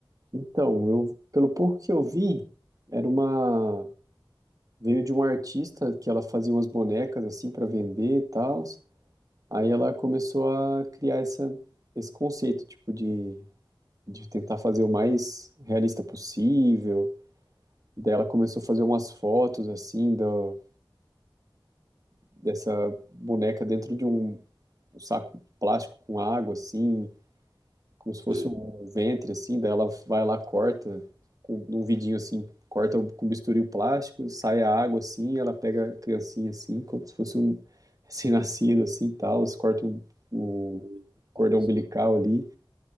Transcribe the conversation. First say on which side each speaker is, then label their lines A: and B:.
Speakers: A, on the right; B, on the right.
A: Então, eu, pelo pouco que eu vi, era uma. Veio de uma artista que ela fazia umas bonecas assim para vender e tal. Aí ela começou a criar essa, esse conceito, tipo, de, de tentar fazer o mais realista possível. E daí ela começou a fazer umas fotos assim do, dessa boneca dentro de um um saco plástico com água, assim. como se fosse
B: Sim.
A: um ventre, assim, daí ela vai lá, corta, com num vidinho assim, corta com bisturi o plástico, sai a água assim, ela pega a criancinha assim, como se fosse um recém-nascido, assim, tal, corta o, o
B: Meu
A: cordão
B: Deus,
A: umbilical
B: cara.
A: ali.